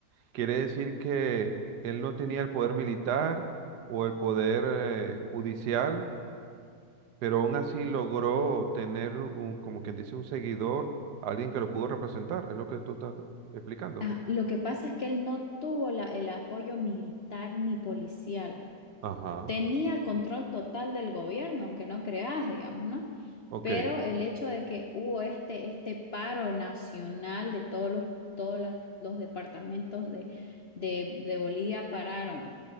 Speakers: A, on the right; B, on the left.
A: quiere decir que él no tenía el poder militar o el poder eh, judicial pero aún así logró tener un, como quien dice, un seguidor, alguien que lo pudo representar, es lo que tú estás explicando.
B: ajá, lo que pasa es que él no tuvo la- el apoyo militar ni policial.
A: Ajá,
B: Tenía el control total del gobierno, aunque no creas, digamos, ¿no?
A: ok,
B: Pero el hecho de que hubo este, este paro nacional de todos los, todos las- los departamentos de, de, de Bolivia pararon